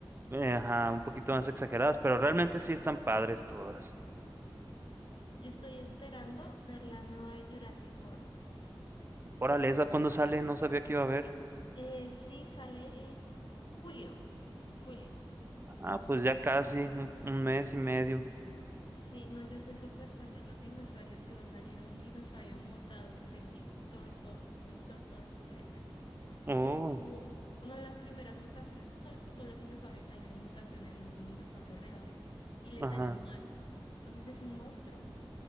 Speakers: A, on the right; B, on the left.
A: eh, ajá, un poquito más exageradas, pero realmente sí están padres todas.
B: Yo estoy esperando ver la nueva de Jurassic World.
A: Órale, ¿esa cuándo sale? No sabía que iba a haber.
B: Eh, sí, sale en julio. En julio.
A: Ah, pues ya casi, un, un mes y medio.
B: Sí, no, yo soy súper fan de los dinosaurios y va a salir un dinosaurio mutado que es el Distortos, Distortor Rex,
A: Oh,
B: que es como una de las primeras mutaciones. Tú sabes que todos los dinosaurios ahí son mutaciones, no son dinosaurios reales, y le
A: ajá.
B: salió mal. Entonces es un monstruo.